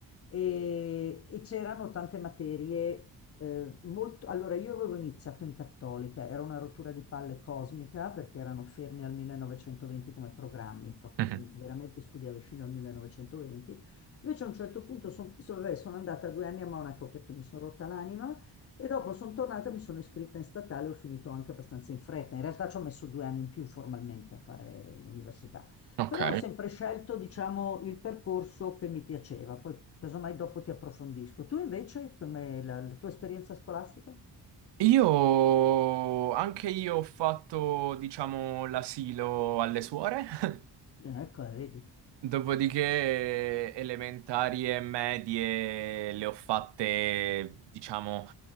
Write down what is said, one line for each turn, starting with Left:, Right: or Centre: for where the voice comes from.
Left: e, e c'erano tante materie eh, molto... Allora io avevo iniziato in cattolica, era una rottura di palle cosmica perché erano fermi al 1920 come programmi, proprio
Right: <laughs> Mhm.
Left: tu veramente studiavi fino al 1920. Invece a un certo punto son- so- vabbè, sono andata due anni a Monaco perché mi sono rotta l'anima e dopo sono tornata, mi sono iscritta in statale, ho finito anche abbastanza in fretta. In realtà ci ho messo due anni in più formalmente a fare l'università,
Right: Ok.
Left: però ho sempre scelto, diciamo, il percorso che mi piaceva. Poi, casomai, dopo ti approfondisco. Tu invece, come la, la tua esperienza scolastica?
Right: Io, anche io ho fatto, diciamo, l'asilo alle suore. <laughs>
Left: Eh, Ecco, eh, vedi.
Right: Dopodiché elementari e medie le ho fatte, diciamo,